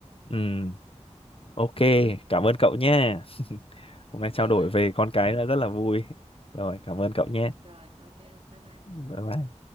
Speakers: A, on the left; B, on the right.
A: ừ ok cảm ơn cậu nhé <laughs> hôm nay
B: rồi
A: trao đổi về con cái là rất là vui rồi cảm ơn cậu
B: ừ,
A: nhé
B: rồi ok bye bye
A: bye bye